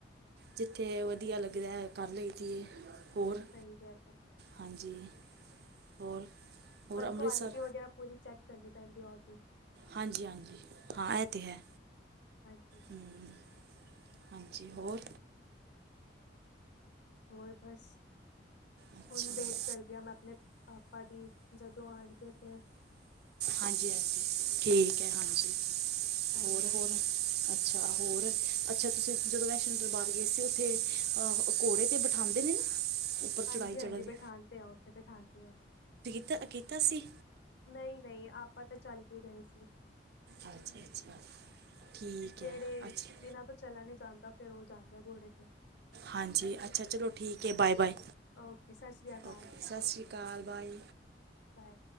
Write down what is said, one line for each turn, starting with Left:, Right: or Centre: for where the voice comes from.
Right: ਜਿੱਥੇ, ਵਧੀਆ ਲੱਗਦਾ, ਕਰ ਲਈਦੀ ਏ, ਹੋਰ?
Left: ਸਹੀ ਗੱਲ ਐ।
Right: ਹਾਂਜੀ, ਹੋਰ? ਹੋਰ
Left: ਪਰ,
Right: ਅੰਮ੍ਰਿਤਸਰ
Left: ਕੁਆਲਿਟੀ ਵਗੈਰਾ, ਪੂਰੀ ਚੈੱਕ ਕਰਨੀ ਪੈਂਦੀ ਹੈ, ਉਹਦੀ
Right: ਹਾਂਜੀ-ਹਾਂਜੀ, ਹਾਂ, ਇਹ ਤੇ ਹੈ।
Left: ਹਾਂਜੀ
Right: ਹੂੰ ਹਾਂਜੀ, ਹੋਰ?
Left: ਹੋਰ, ਬਸ,
Right: ਅੱਛਾ
Left: ਹੁਣ ਵੇਟ ਕਰਦੀ ਹਾਂ, ਮੈਂ ਆਪਣੇ ਪਾਪਾ ਦੀ। ਜਦੋਂ, ਆ ਜਾਵੇ ਫੇਰ?
Right: ਹਾਂਜੀ-ਹਾਂਜੀ, ਠੀਕ ਹੈ, ਹਾਂਜੀ,
Left: ਹਾਂਜੀ
Right: ਹੋਰ-ਹੋਰ? ਅੱਛਾ, ਹੋਰ ਅੱਛਾ, ਤੁਸੀਂ ਜਦੋਂ ਵੈਸ਼ਨੋ ਦਰਬਾਰ ਗਏ ਸੀ। ਉੱਥੇ ਘੋੜੇ ਤੇ ਬਿਠਾਉਂਦੇ ਨੇ, ਨਾ? <inaudible>
Left: ਹਾਂਜੀ-ਹਾਂਜੀ,
Right: ਚੜ੍ਹਦੀ
Left: ਬੈਠਾਣਦੇ ਆ, ਉੱਥੇ ਬੈਠਾਂਦੇ ਆ
Right: ਦਾ, ਕੀਤਾ ਸੀ।
Left: ਨਹੀਂ-ਨਹੀਂ, ਆਪਾਂ ਤਾਂ ਚੱਲ ਕੇ ਗਏ ਸੀ।
Right: ਅੱਛਾ-ਅੱਛਾ, ਠੀਕ
Left: ਜਿਹੜੇ
Right: ਹੈ। ਅੱਛਾ
Left: ਜਿਨ੍ਹਾਂ ਤੋਂ ਚਲਾ ਨੀ ਜਾਂਦਾ, ਫੇਰ ਉਹ ਜਾਂਦਾ ਘੋੜੇ ਤੇ
Right: ਹਾਂਜੀ ਅੱਛਾ ਚਲੋ ਠੀਕ ਹੈ। ਬਾਏ-ਬਾਏ,
Left: ਓਕੇ ਸਤਿ ਸ੍ਰੀ ਅਕਾਲ
Right: ਓਕੇ, ਸਤਿ ਸ੍ਰੀ ਅਕਾਲ ਬਾਏ।
Left: ਬਾਏ।